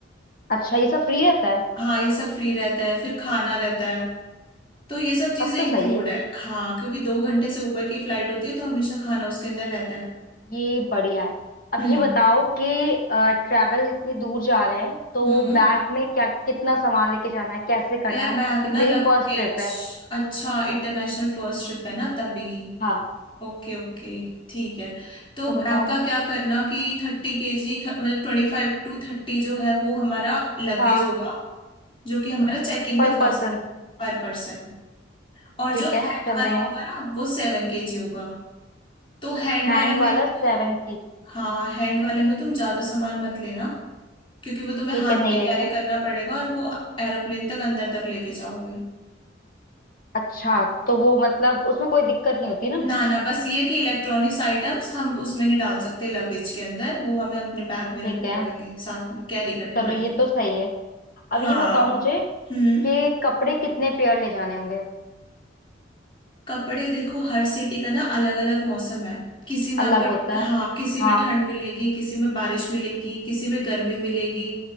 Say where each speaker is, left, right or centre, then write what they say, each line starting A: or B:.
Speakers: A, on the left (about 45°); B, on the left (about 25°).
A: अच्छा ये सब फ्री रहता है
B: हाँ ये सब फ्री रहता है फिर खाना रहता है तो ये सब चीजें
A: तब तो
B: इंक्लूड
A: सही है
B: है हाँ क्योंकि दो घंटे से ऊपर की फ्लाइट होती है तो हमेशा खाना उसके अंदर रहता है
A: ये बढ़िया है अब
B: हम्म
A: ये बताओ कि ट्रैवल इतनी दूर जा रहे हैं तो
B: हम्म
A: बैग में क्या कितना सामान लेके जाना है कैसे करना
B: यार
A: है
B: बैग ना
A: मेरी
B: लगेज
A: फर्स्ट ट्रिप है
B: अच्छा इंटरनेशनल फर्स्ट ट्रिप है ना तभी
A: हाँ
B: ओके ओके ठीक है तो
A: तो बताओ
B: बैग का क्या करना कि थर्टी केजी मतलब ट्वेंटी फाइव टू थर्टी जो है वो हमारा लगेज
A: हाँ
B: होगा जो कि हमारा चेक इन में
A: पर
B: जा
A: पर्सन
B: सकता है पर पर्सन और
A: ठीक
B: जो
A: है
B: हैंड
A: चल
B: वाला
A: देंगे
B: होगा ना वो सेवन केजी होगा तो हैंड
A: हैंड
B: वाले में
A: वाला
B: तो
A: सेवन के जी
B: हाँ हैंड वाले में तुम ज्यादा सामान मत लेना क्योंकि वो तुम्हें
A: ठीक
B: हाथ
A: है नहीं
B: पे
A: लेंगे
B: कैरी करना पड़ेगा और वो एरोप्लेन तक अंदर तक लेके जाओगे
A: अच्छा तो वो मतलब उसमें कोई दिक्कत नहीं होती ना
B: ना ना बस ये कि इलेक्ट्रॉनिक्स आइटम्स हम उसमें नहीं डाल सकते लगेज के अंदर वो हमें अपने बैग में रखने
A: ठीक है
B: पड़ेंगे साथ में कैरी करने
A: चलो
B: पड़ेंगे
A: ये तो सही है अब
B: हाँ
A: ये बताओ मुझे
B: हम्म
A: कि कपड़े कितने पेयर ले जाने होंगे
B: कपड़े देखो हर सिटी का ना अलग अलग मौसम है किसी में
A: अलग
B: आपको
A: होता है
B: हाँ किसी में
A: हाँ
B: ठंड मिलेगी किसी में बारिश मिलेगी किसी में गर्मी मिलेगी